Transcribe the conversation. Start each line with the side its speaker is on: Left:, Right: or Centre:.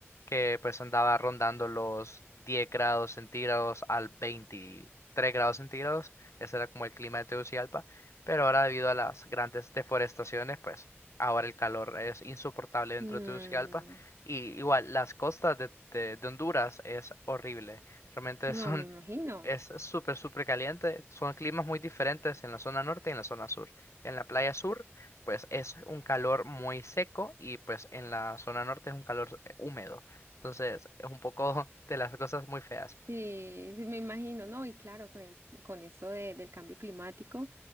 Left: que pues andaba rondando los 10 grados centígrados al 23 grados centígrados. Ese era como el clima de Tegucigalpa, pero ahora debido a las grandes deforestaciones, pues ahora el calor es insoportable dentro
Right: Mm,
Left: de Tegucigalpa y igual las costas de, de- de Honduras es horrible. Realmente
Right: no
Left: <laughs> son
Right: me imagino.
Left: es es súper, súper caliente. Son climas muy diferentes en la zona norte y en la zona sur. En la playa sur, pues es un calor muy seco y pues en la zona norte es un calor eh, húmedo. Entonces, es un poco <laughs> de las cosas muy feas.
Right: Sí, sí, me imagino, ¿no? Y claro, con el, con eso de- del cambio climático,